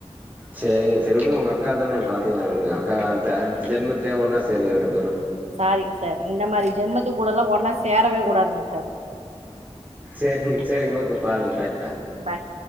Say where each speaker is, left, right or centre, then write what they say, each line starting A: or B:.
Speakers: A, on the right; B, on the right.
A: செரிங்க செரிங்க உங்க அக்கா தான பாத்துக்கலா விடுங்க அக்கா அடுத்த அடுத்த ஜென்மத்துலையா ஒன்னா சேருங்க ரெண்டு பேரு
B: சாரிங்க சர் இந்த மாரி ஜென்மத்து கூடல்லா ஒன்னா சேரவே கூடாதுங்க ச
A: செரிங்க செரிங்க ஓக்கே பாருங்க பாய்
B: பாய்